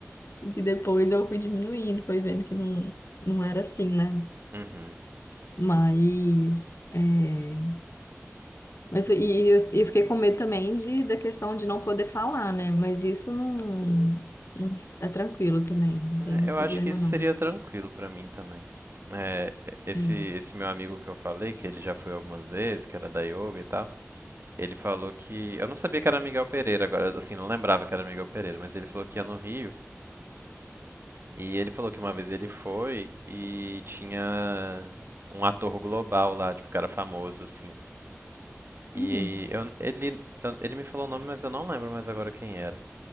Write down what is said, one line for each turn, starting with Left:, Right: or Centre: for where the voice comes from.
Left: E que depois eu fui diminuindo, foi vendo que não, não era assim, né?
Right: <laughs> Uhum.
Left: Mas... é, mas e eu, e eu fiquei com medo também de, da questão de não poder falar, né? Mas isso não, não- é tranquilo também, não tem
Right: É,
Left: um
Right: Eu
Left: problema
Right: acho que isso
Left: não.
Right: seria tranquilo pra mim também. É, esse,
Left: É
Right: esse meu amigo que eu falei, que ele já foi algumas vezes, que era da yoga e tal, ele falou que. Eu não sabia que era Miguel Pereira, agora, assim, não lembrava que era Miguel Pereira, mas ele falou que ia no Rio. E ele falou que uma vez ele foi e tinha um ator global lá, tipo, cara famoso, assim. E
Left: Uhum,
Right: eu, ele, eu- ele me falou o nome, mas eu não lembro mais agora quem era.